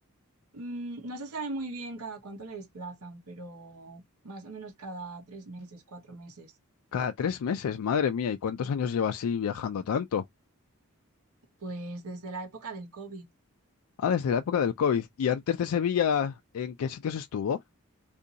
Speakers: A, on the right; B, on the left.
A: Mm, no se sabe muy bien cada cuánto le desplazan, pero más o menos cada tres meses, cuatro meses.
B: Cada tres meses, madre mía, ¿y cuántos años lleva así viajando tanto?
A: Pues desde la época del COVID.
B: Ah, desde la época del COVID. ¿Y antes de Sevilla, en qué sitios estuvo?